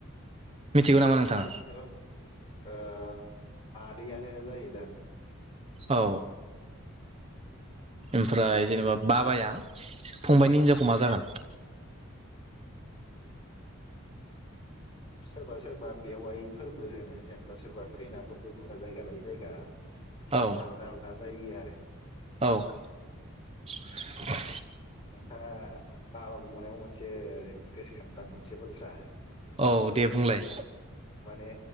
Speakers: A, on the right; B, on the left.
A: मिथिगौ नामा
B: बिदिथ
A: नोंथाङा
B: ओ मादैआनो जायो दां।
A: औ ओमफ्राय जेनेबा बाबाया फंबाइनि हिनजावखौ मा जागोन?
B: सोरबा सोरबा बेवाइफोरबो होनो जेनेबा सोरबा खैनाफोरबो बुङो जायगा लायै जायगा
A: औ
B: आलदा आलदा जायो आरो।
A: औ <unintelligible>
B: नोंथाङा बाबा बुंनायाव मोनसे गोसोखाङोदा मोनसे बाथ्रा
A: औ दे बुंलाय।
B: माने